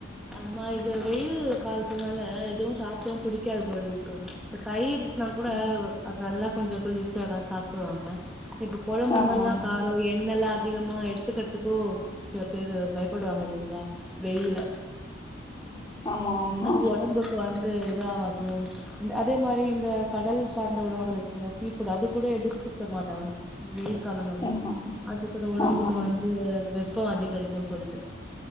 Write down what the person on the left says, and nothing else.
ம்.
ஆமா
ஆமா ஆமா
ஆமா
ஆமாமா